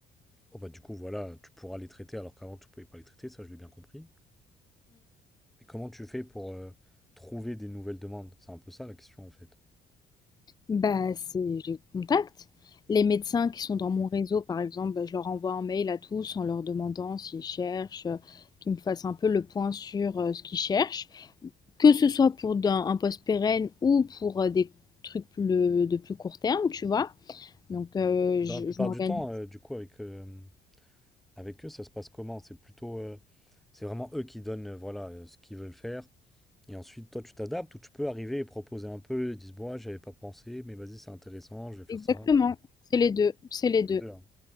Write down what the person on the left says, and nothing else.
Bah, c'est je les contacte. Les médecins qui sont dans mon réseau, par exemple, bah, je leur envoie un mail à tous en leur demandant s'ils cherchent, euh, qu'ils me fassent un peu le point sur euh, ce qu'ils cherchent, que ce soit pour d'un- un poste pérenne ou pour euh, des trucs plus- de plus court terme, tu vois. Donc, euh,
je,
je m'organise.
Exactement,
c'est les deux, c'est les
deux.